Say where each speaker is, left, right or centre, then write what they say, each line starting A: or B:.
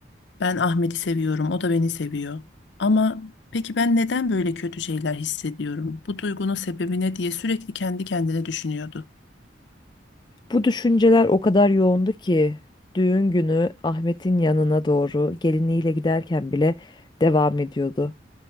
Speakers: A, on the left; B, on the left.
A: Ben Ahmet'i seviyorum, o da beni seviyor. Ama peki ben neden böyle kötü şeyler hissediyorum? Bu duygunun sebebi ne diye sürekli kendi kendine düşünüyordu.
B: Bu düşünceler o kadar yoğundu ki düğün günü Ahmet'in yanına doğru geliniyle giderken bile devam ediyordu.